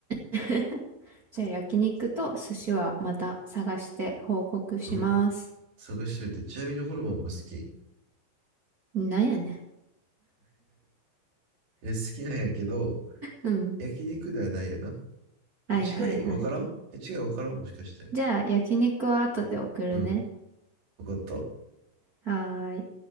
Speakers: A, on the right; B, on the right.
A: <laughs> じゃあ焼肉と寿司はまた探して報告します。
B: うん。探しといて。ちなみにホルモンも好き。<laughs> い
A: なんやね
B: や、好きなんやけど、
A: ん。うん。
B: 焼肉ではないよな。
A: はいはいはい。
B: え、違いわからんえ、違いわからんもしかして。
A: じゃあ焼肉は後で送るね。
B: うん。わかった。
A: はーい。